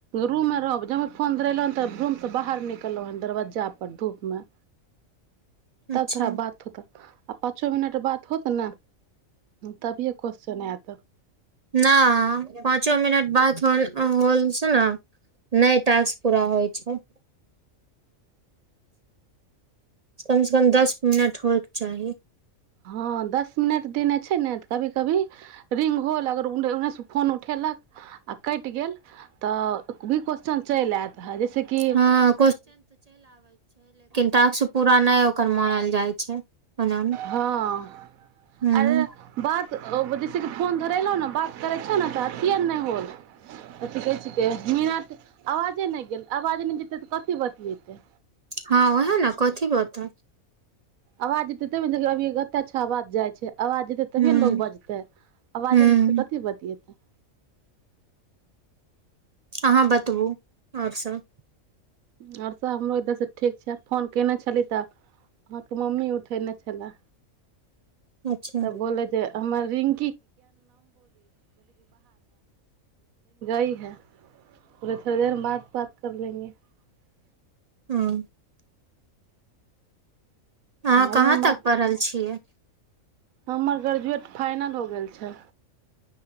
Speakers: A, on the right; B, on the right.
A: रूम मे रहब ज फोन धेलो ते रूम से बाहर निकलो ह दरबज्जापर धूपमे तब
B: अच्छा
A: थोड़ा बात होता आ पाँचो मिनट बात होत ने तभिये क्वेस््चन आत कुत्त
B: नहि पाँचो मिनट बाद हो होल छै ने नहि टास्क पूरा होइ छै कम से कम दस मिनट होयके चाही
A: हँ दस मिनट देने छै ने तऽ कभी कभी रिङ्ग होल अगरने ओन्नेसे फोन उठेलक आओर कटि गेल तऽ भी क्वेश्चन चलि आयत है जैस किी
B: हँ ताक पूरा न ओकर मानल जाय छै ओना हूँ
A: हँ
B: हूँ
A: अर बात जैस कि फोन धे लहु ने बस छ त अथ होलथ कह छिक मिन आवे नहि वाज नहि जेतै तऽ कथी बतिियेतै
B: हँ ओह ने कथी बता
A: आवाज एते तब ने देख अभी कते अच्छा आवाज जाइ छै आवाज जेतै तभियए
B: हूँ
A: ने लोकोग बजतै आवाजे
B: हूँ
A: एतै तऽ कथी बतिएतै
B: अहाँ बतबू आओर सभ
A: आओर सभ हमरो इधरसँ ठीक छै फोन कयने छली तऽ अहाँके मम्मी उठयने छलय
B: अच्छा
A: तऽ बोल जे हमर रिंग <unintelligible> <unintelligible> ओथ देर <unintelligible>
B: हँ हह
A: अभी
B: कहाँ
A: हम बात
B: तक पढ़ल छियै
A: हमर ग्रेजुएट फाइनल हो गेल छै